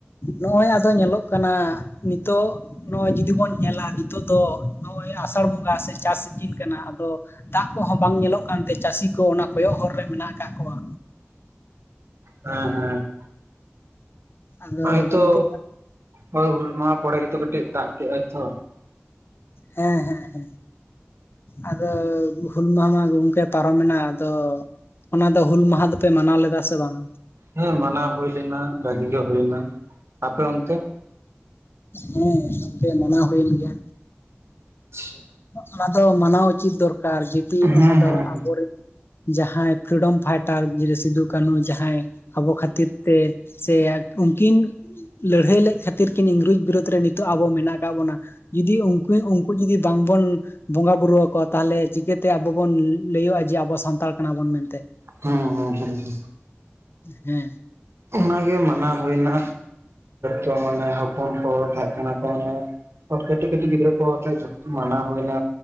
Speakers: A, on the left; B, on the right.
A: ᱱᱚᱜᱼᱚᱭ ᱟᱫᱚ ᱧᱮᱞᱚᱜ ᱠᱟᱱᱟ ᱱᱤᱛᱳᱜ ᱱᱚᱜᱚᱭ ᱡᱩᱫᱤ ᱵᱚᱱ ᱧᱮᱞᱟ ᱱᱤᱛᱚᱜ ᱫᱚ ᱱᱚᱜ ᱚᱭ ᱟᱥᱟᱲ ᱵᱚᱸᱜᱟ ᱥᱮ ᱪᱟᱥ ᱥᱤᱡᱤᱱ ᱠᱟᱱᱟ ᱟᱫᱚ ᱫᱟᱜ ᱠᱚᱦᱚᱸ ᱵᱟᱝ ᱧᱮᱞᱚᱜ ᱠᱟᱱᱛᱮ ᱪᱟᱹᱥᱤ ᱠᱚ ᱚᱱᱟ ᱠᱚᱭᱚᱜ ᱦᱚᱨ ᱨᱮ ᱢᱮᱱᱟᱜ ᱟᱠᱟᱫ ᱠᱚᱣᱟ
B: ᱦᱮᱸ ᱦᱮᱸ᱾
A: ᱟᱫᱚ
B: ᱦᱚᱭ
A: ᱜᱚᱝᱠᱮ
B: ᱛᱚ, ᱦᱳᱭ ᱦᱩᱞ ᱢᱟᱦᱟ ᱯᱚᱨᱮ ᱜᱮᱛᱚ ᱠᱟᱹᱴᱤᱡ ᱫᱟᱜ ᱠᱮᱫᱟᱭ ᱛᱚ᱾
A: ᱦᱮᱸ ᱦᱮᱸ ᱦᱮᱸ᱾ ᱟᱫᱚ ᱦᱩᱞ ᱢᱟᱦᱟ ᱢᱟ ᱜᱚᱢᱠᱮ ᱯᱟᱨᱚᱢ ᱮᱱᱟ᱾ ᱟᱫᱚ ᱚᱱᱟ ᱫᱚ ᱦᱩᱞ ᱢᱟᱦᱟ ᱫᱚᱯᱮ ᱢᱟᱱᱟᱣ ᱞᱮᱫᱟ ᱥᱮ ᱵᱟᱝ?
B: ᱦᱮᱸ ᱢᱟᱱᱟᱣ ᱦᱩᱭ ᱞᱮᱱᱟ, ᱵᱷᱟᱹᱜᱤ ᱜᱮ ᱦᱩᱭᱱᱟ᱾ ᱟᱯᱮ ᱚᱱᱛᱮ?
A: ᱦᱮᱸ ᱜᱚᱝᱠᱮ ᱢᱟᱱᱟᱣ ᱦᱩᱭᱮᱱ ᱜᱮᱭᱟ᱾
B: ᱟᱪᱪᱷᱟ
A: ᱚᱱᱟ ᱫᱚ ᱢᱟᱱᱟᱣ ᱩᱪᱤᱛ ᱫᱚᱨᱠᱟᱨ, ᱡᱩᱫᱤ
B: ᱦᱮᱸ ᱦᱮᱸ
A: ᱚᱱᱟ
B: ᱦᱮᱸ
A: ᱫᱚ ᱟᱵᱚ ᱨᱮᱱ ᱡᱟᱦᱟᱸᱭ ᱯᱷᱨᱤᱰᱚᱢ ᱯᱷᱟᱭᱴᱟᱨ ᱥᱤᱫᱩ-ᱠᱟᱹᱱᱩ ᱡᱟᱦᱟᱸᱭ ᱟᱵᱚ ᱠᱷᱟᱹᱛᱤᱨ ᱛᱮ ᱥᱮ ᱩᱱᱠᱤᱱ ᱞᱟᱹᱲᱦᱟᱹᱭ ᱞᱮᱫ ᱠᱷᱟᱹᱛᱤᱨ ᱠᱤᱱ ᱤᱝᱨᱮᱡᱽ ᱵᱤᱨᱳᱫᱽ ᱨᱮ ᱱᱤᱛᱚᱜ ᱟᱵᱚ ᱢᱮᱱᱟᱜ ᱟᱠᱟᱫ ᱵᱚᱱᱟ᱾ ᱡᱩᱫᱤ ᱩᱱᱠᱩ ᱩᱱᱠᱩ ᱡᱩᱫᱤ ᱵᱟᱝᱵᱚᱱ ᱵᱚᱸᱜᱟ ᱵᱩᱨᱩ ᱟᱠᱚ, ᱛᱟᱦᱚᱞᱮ ᱪᱤᱠᱟᱹᱛᱮ ᱟᱵᱚ ᱵᱚᱱ ᱞᱟᱹᱭᱟᱹᱜᱼᱟ ᱡᱮ ᱟᱵᱚ ᱥᱟᱱᱛᱟᱲ ᱠᱟᱱᱟ ᱵᱚᱱ ᱢᱮᱱᱛᱮ?
B: ᱦᱩᱸ ᱦᱩᱸ ᱦᱩᱸ ᱦᱩᱸ᱾
A: ᱦᱮᱸ᱾
B: ᱚᱱᱟ ᱜᱮ ᱢᱟᱱᱟᱣ ᱦᱩᱭᱱᱟ᱾ ᱡᱚ ᱢᱟᱱᱮ ᱦᱚᱯᱚᱱ ᱠᱚ ᱛᱟᱦᱮᱸ ᱠᱟᱱᱟ ᱠᱚ ᱢᱟᱱᱮ ᱠᱟᱹᱴᱤᱡ ᱠᱟᱹᱴᱤᱡ ᱜᱤᱫᱽᱨᱟᱹ ᱠᱚ ᱟᱛᱮ, ᱢᱟᱱᱟ ᱦᱩᱭᱱᱟ᱾